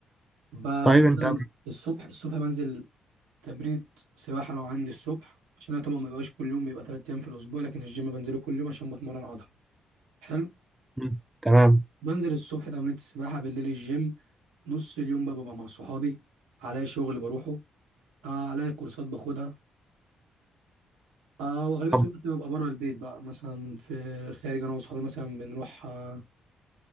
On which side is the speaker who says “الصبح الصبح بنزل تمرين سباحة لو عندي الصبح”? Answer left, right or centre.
Right